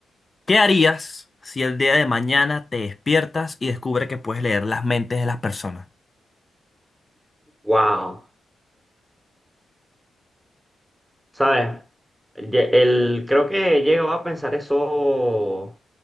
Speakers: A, on the left (about 30°); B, in the centre.
A: ¿Qué harías si el día de mañana te despiertas y descubres que puedes leer las mentes de las personas?
B: Wow, ¿sabes? Ye- el- creo que he llegado a pensar eso